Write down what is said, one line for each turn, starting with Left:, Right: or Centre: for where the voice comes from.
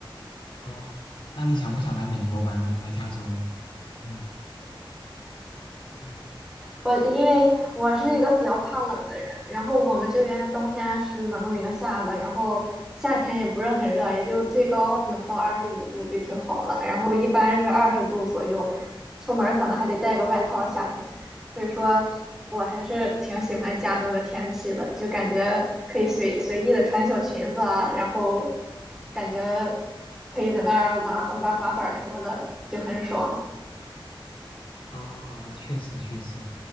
Left: 哦，那你想不想来美国玩啊？来加州？嗯嗯
Centre: 我因为我是一个比较怕冷的人，然后我们这边冬天是能零下的，然后夏天也不是很热，也就最高能到二十五度就挺好了，然后一般是二十度左右，出门儿可能还得带个外套儿夏天，所以说我还是挺喜欢加州的天气的，就感觉可以随随意的穿小裙子啊，然后感觉可以在那儿玩玩滑板儿什么的，就很爽。
Left: 啊，确实确实，